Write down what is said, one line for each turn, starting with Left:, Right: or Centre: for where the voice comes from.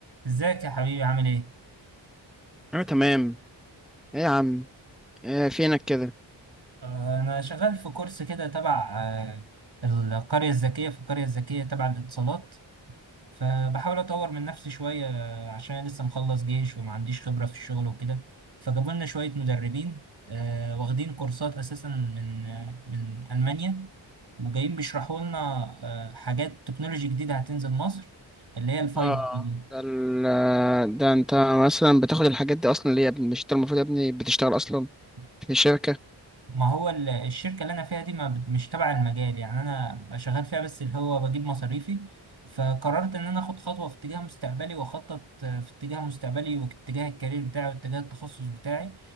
Right: ازيك يا حبيبي عامل ايه؟
Centre: انا تمام ايه يا عم إيه فينك كده
Right: آه، انا شغال في كورس كده تبع آه، القرية الذكية في القرية الذكية تبع الاتصالات فبحاول اطور من نفسي شوية آه، عشان أنا لسه مخلص جيش وما عنديش خبرة في الشغل وكده فجابوا لنا شوية مدربين آه، واخدين كورسات اساسا من آه، من المانيا وجايين بيشرحوا لنا آه، حاجات تكنولوجي جديدة هتنزل مصر اللي هي الفايف
Centre: اه
Right: جي
Centre: ده ال ده انت مثلا بتاخد الحاجات دي اصلا ليه يا ابني مش انت المفروض يا ابني بتشتغل اصلا
Right: دي
Centre: في الشركة
Right: ما هو ال- الشركة اللي أنا فيها دي ما بت- مش تبع المجال يعني أنا شغال فيها بس اللي هو بجيب مصاريفي فقررت إن أنا آخد خطوة في اتجاه مستقبلي وأخطط آه، في اتجاه مستقبلي واتجاه الكارير بتاعي واتجاه التخصص بتاعي